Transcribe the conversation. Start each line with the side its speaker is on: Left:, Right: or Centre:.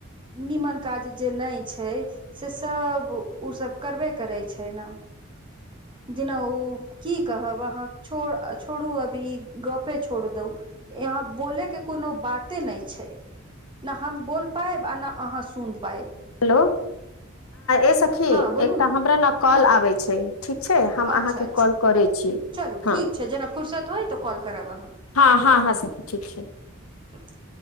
Right: नीमन काज जे नय छै से सभ उ सभ करबे करै छै न जेना ओ की कहब अहाँ छो छोड़ू अभी गपे छोड़ दो यहाँ बोले के कोनो बाते नय छै ना हम बोल पायब आ ना अहाँ सुन पायब
Left: हेलो ए सखी
Right: हँ बोलू
Left: एकटा हमरा ने कॉल
Right: हँ
Left: आबै छै ठीक छै हम
Right: अच्छा
Left: अहाँके
Right: अच्छा
Left: कॉल करै छी
Right: चलू
Left: हँ
Right: ठीक छै जेना फुरसत होय तऽ कॉल करब अहाँ
Left: हँ
Right: ठीक
Left: हँ हँ सखी ठीक छै
Right: <unintelligible>